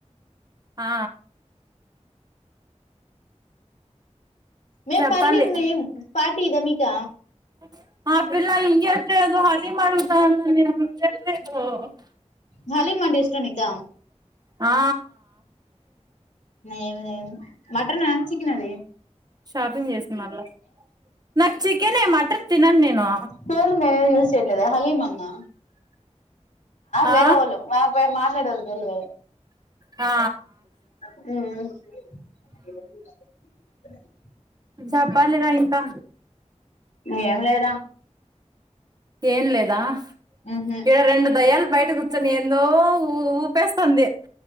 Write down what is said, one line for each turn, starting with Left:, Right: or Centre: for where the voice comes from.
Right: ఆ
Left: నె
Right: చెప్పాలి
Left: పర్వీన్ నేమ్ పాటీ ఇద మీకు
Right: <unintelligible>
Left: హలీమ్ అంటే ఇష్టమ నీకు
Right: ఆ
Left: ఏమి లేం మటన్ చికెన్ అది
Right: షాపింగ్ చేస మళ్ళా నాకు చికెన్ మటన్ తినను నేను
Left: పేలు మేము యూజ చేయట్లేదు హలీ మన్నా వేరే
Right: ఆ
Left: వాళ్ళు మాట్లాడవల్ వెల్
Right: ఆ
Left: అ
Right: చేప్పాలిగా ఇంకా
Left: ఏం లేద
Right: ఏం లేదా
Left: ఉహు
Right: ఇడ రెండు దయాలు బయట కూర్చొని ఏందో ఊ ఉపస్ పంద